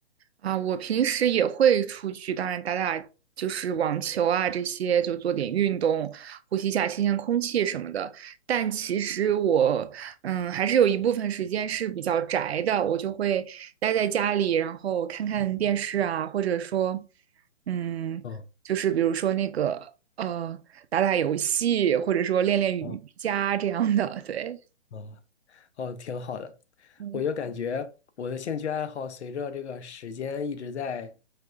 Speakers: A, on the right; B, on the left.
A: 啊，我平时也会出去，当然打打就是网球啊这些，就做点运动，呼吸一下新鲜空气什么的。但其实我，嗯，还是有一部分时间是比较宅的，我就会待在家里，然后看看电视啊，或者说，嗯，
B: 嗯
A: 就是比如说那个呃，打打游戏，或者说练练瑜伽这样的，
B: 嗯
A: 对。
B: 嗯。哦，挺好的。
A: 嗯
B: 我就感觉我的兴趣爱好随着这个时间一直在